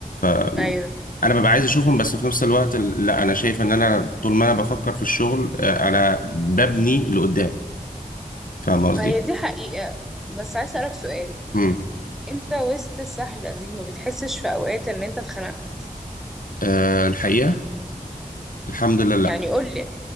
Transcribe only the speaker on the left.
آم،
انا ببقى عايز اشوفهم بس في نفس الوقت ال- لا انا شايف ان انا طول ما انا بفكر في الشغل آه، انا ببني لقدام فاهم قصدي؟
امم
أه الحقيقه الحمد لله
لا